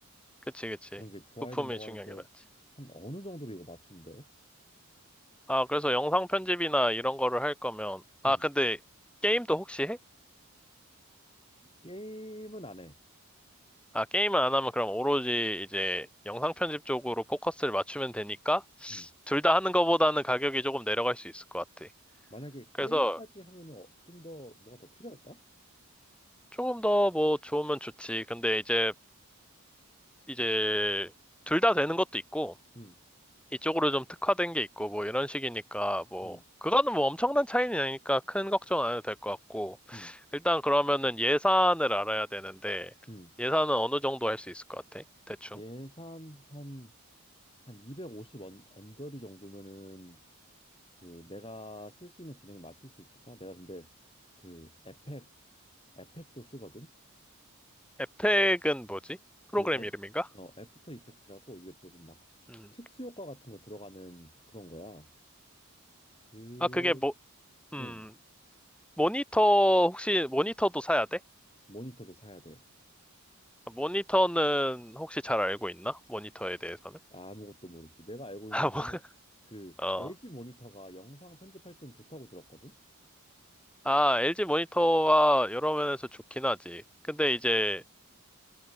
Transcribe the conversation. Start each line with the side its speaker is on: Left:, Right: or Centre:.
Centre: 그치, 그치.
Left: 그런 게 좋아야
Centre: 부품이
Left: 된다고
Centre: 중요하긴
Left: 하는데
Centre: 하지.
Left: 한 어느 정도로 이거 맞춘돼
Centre: 아, 그래서 영상 편집이나 이런 거를 할 거면, 아,
Left: 음.
Centre: 근데 게임도 혹시 해?
Left: 게임은 안 해.
Centre: 아, 게임을 안 하면 그럼 오로지 이제 영상 편집 쪽으로 포커스를 맞추면 되니까
Left: 음.
Centre: 둘 다 하는 거보다는 가격이 조금 내려갈 수 있을 것 같아.
Left: 만약에
Centre: 그래서
Left: 게임까지 하면은 어, 좀더 뭐가 더 필요할까?
Centre: 조금 더 뭐 좋으면 좋지. 근데 이제 이제 둘 다 되는 것도 있고
Left: 음.
Centre: 이쪽으로 좀 특화된 게 있고 뭐 이런 식이니까 뭐
Left: 음.
Centre: 그거는 뭐 엄청난 차이는 아니니까 큰 걱정 안 해도 될 것 같고
Left: 음.
Centre: 일단 그러면은 예산을 알아야 되는데
Left: 음.
Centre: 예산은 어느 정도 할 수 있을 것 같아? 대충.
Left: 예산 한 한 250원 언저리 정도면은 그 내가 쓸 수 있는 기능에 맞출 수 있을까? 내가 근데 그 에펙 에펙도 쓰거든.
Centre: 에펙은 뭐지? 프로그램
Left: 그 앱,
Centre: 이름인가?
Left: 어, 애프터 이펙트라고 이게 조금 막
Centre: 음.
Left: 특수 효과 같은 거 들어가는 그런 거야. 그,
Centre: 아 그게 뭐 음.
Left: 응,
Centre: 모니터 혹시 모니터도 사야 돼?
Left: 모니터를 사야 돼.
Centre: 모니터는 혹시 잘 알고 있나? 모니터에 대해서는? <laughs>
Left: 아무것도 모르지. 내가 알고 있는
Centre: 아,
Left: 거는
Centre: 뭐,
Left: 그
Centre: 어.
Left: LG 모니터가 영상 편집할 땐 좋다고 들었거든.
Centre: 아, LG 모니터가 여러 면에서 좋긴 하지. 근데 이제